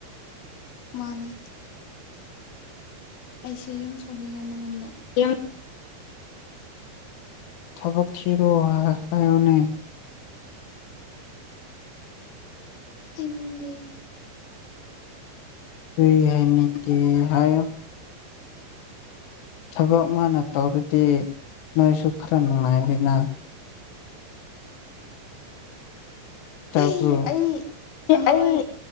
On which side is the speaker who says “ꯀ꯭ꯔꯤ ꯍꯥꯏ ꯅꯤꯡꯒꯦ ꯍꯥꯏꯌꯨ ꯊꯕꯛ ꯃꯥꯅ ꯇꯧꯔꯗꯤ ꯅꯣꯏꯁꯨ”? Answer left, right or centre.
Left